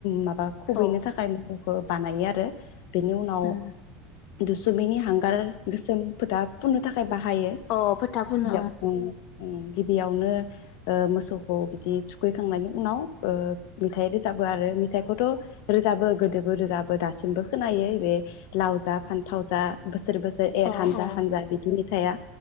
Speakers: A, on the left; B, on the left.
A: मा बा खुबैनो
B: औ
A: थाखाय बानायो आरो बेनि उनाव
B: उम
A: दुसुमैनि हांगार गोसोम फोथाब बुंनो था खाय बाहायो
B: औ फोथा फुनो
A: बिदियाव उम उम गिबियावनो ओ मोसौ खौ बिदि थुखैखांनायनि उनाव ओ मेथाइ रोजाबो आरो मेथाइखौथ' रोजाबो गोदोबो रोजाबो दासिमबो खोनायो बे लाव जा फान्थाव जा बो सोर बोसोर एर
B: ओं
A: हानजा
B: ओं
A: हानजा बिदि मेथाइ थाया